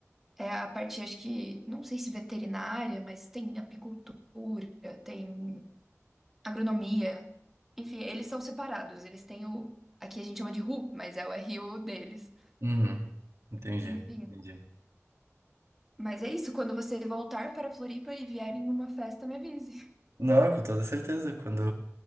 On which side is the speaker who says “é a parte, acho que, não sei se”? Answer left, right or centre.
Centre